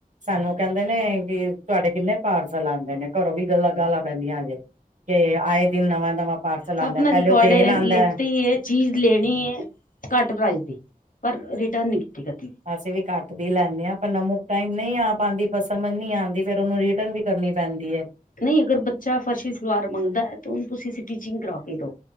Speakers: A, on the right (about 55°); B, on the left (about 60°).
A: ਸਾਨੂੰ ਕਹਿੰਦੇ ਨੇ ਕਿ ਤੁਹਾਡੇ ਕਿੰਨੇ ਪਾਰਸਲ ਆਉਂਦੇ ਨੇ ਘਰੋਂ ਵੀ ਗੱਲਾਂ ਗਾਲਾਂ ਪੈਂਦੀਆਂ ਹਜੇ ਤੇ ਆਏ ਦਿਨ ਨਵਾਂ- ਨਵਾਂ ਪਾਰਸਲ ਆਉਂਦਾ
B: ਆਪਣਾ
A: ਪਹਿਲੇ
B: ਰਿਕਾਰਡ
A: ਉਹ ਦੇਣ
B: ਏ
A: ਆਉਂਦਾ।
B: ਲਿੱਤੀ ਹੈ ਚੀਜ਼ ਲੈਣੀ ਹੈ ਘੱਟ ਪ੍ਰਾਈਜ਼ ਦੀ, ਪਰ ਰਿਟਰਨ ਨੀ ਕੀਤੀ ਕਦੀ।
A: ਅਸੀਂ ਵੀ ਘੱਟ ਦੀ ਲੈਂਦੇ ਹਾਂ ਪਰ ਨਮਕ ਟਾਈਮ ਨਹੀਂ ਆ ਪਾਉਂਦੀ ਪਰ ਸਮਝ ਨੀ ਆਂਦੀ ਫੇਰ ਉਹਨੂੰ ਰਿਟਰਨ ਵੀ- ਕਰਨੀ ਪੈਂਦੀ ਹੈ।
B: ਨਹੀਂ ਅਗਰ ਬੱਚਾ ਫਰਸ਼ੀ ਸਲਵਾਰ ਮੰਗਦਾ ਤੇ ਉਹਨੂੰ ਤੁਸੀਂ ਸਟੀਚਿੰਗ ਕਰਾ ਕੇ ਦਓ।